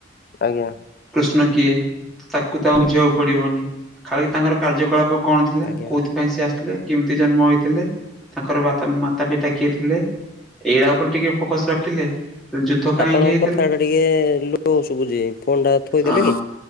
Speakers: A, on the left; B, in the centre.
A: ଆଜ୍ଞା।
B: କୃଷ୍ଣ କିଏ ତାକୁ ତ ଆଉଁ ବୁଝିବାକୁ ପଡ଼ିବନି ଖାଲି ତାଙ୍କର କାର୍ଯ୍ୟକଳାପ କଣ ଥିଲା
A: ଆଜ୍ଞା।
B: କୋଉଥିପାଇଁ ସିଏ ଆସଥିଲେ କେମିତି ଜନ୍ମ ହୋଇଥିଲେ ତାଙ୍କର ବା ମାତା ପିତା କିଏ ଥିଲେ ଏଇଡ଼ା ଉପରେ ଟିକେ ଫୋକସ୍ ରଖିଲେ ଯୁଦ୍ଧ କାହିଁକି
A: ଆପଣଙ୍କ
B: ହେଇଥିଲା
A: କଥା ଟା ଟିକେ ଏ ଏ ଲୋ ସୁବୁଚି ଫୋନ୍ ଟା ଥୋଇଦେଲେ
B: ହଁ
A: କି?